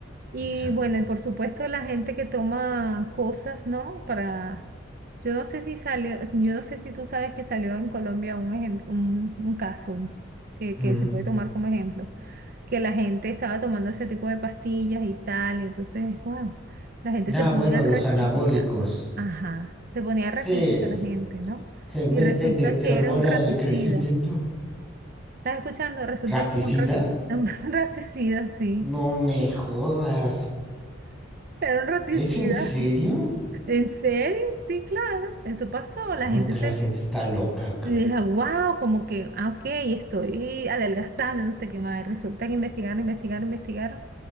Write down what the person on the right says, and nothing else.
Y
bueno, y por supuesto la gente que toma cosas, ¿no? Para, yo no sé si salió, yo no sé si tú sabes que salió en Colombia un ejem- un, un caso que,
que se puede tomar como ejemplo, que la gente estaba tomando ese tipo de pastillas y tal, y entonces, wow, la gente
se ponía
raquítica.
Ajá, se ponía raquítica
la gente, ¿no?
Y resulta
que
era un raticida.
¿Estás escuchando? Resulta
que era un, ra- <laughs> un raticida, sí.
Era un raticida.
¿En serio? Sí, claro. Eso pasó.
La gente
se
deja, wow, como que, ah, ok, estoy adelgazando, no sé qué más. Resulta que investigaron, investigaron, investigaron,